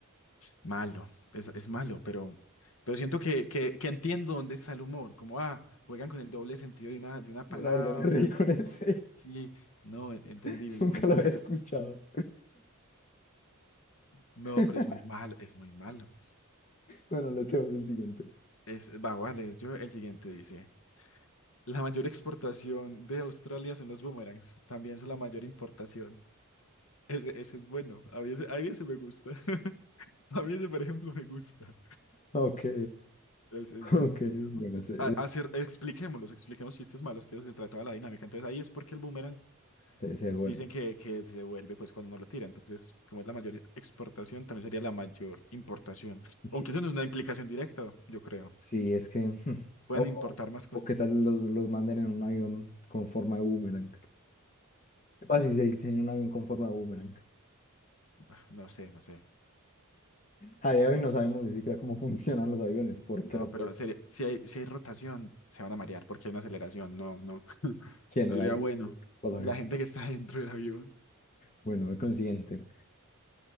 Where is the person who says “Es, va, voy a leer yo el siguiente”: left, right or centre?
Left